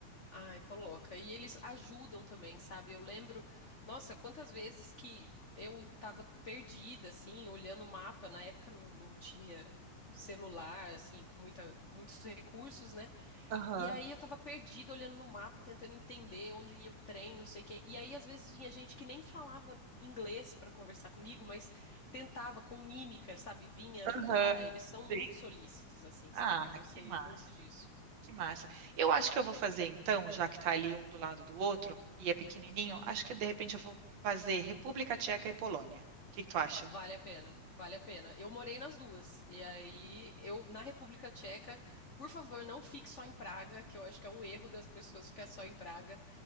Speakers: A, on the left; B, on the right.
A: Ai, coloca. E eles ajudam também, sabe? Eu lembro, nossa, quantas vezes que eu tava perdida, assim, olhando o mapa. Na época não, não tinha celular, assim, com muita, muitos recursos, né?
B: Aham,
A: E aí eu tava perdida olhando no mapa, tentando entender onde ia o trem, não sei o quê. E aí às vezes vinha gente que nem falava inglês pra conversar comigo, mas tentava com mímica, sabe? Vinha
B: aham.
A: ajudar. Eles são
B: Sim.
A: muito solícitos, assim, sabe?
B: Ah,
A: Eu gostei
B: que massa.
A: muito disso.
B: Que massa. Eu acho que eu vou fazer então, já que tá ali um do lado do outro e é pequenininho, acho que de repente eu vou fazer República Tcheca e Polônia. O que que tu acha?
A: Vale a pena, vale a pena. Eu morei nas duas. E aí eu na República Tcheca, por favor, não fique só em Praga, que eu acho que é um erro das pessoas ficar só em Praga.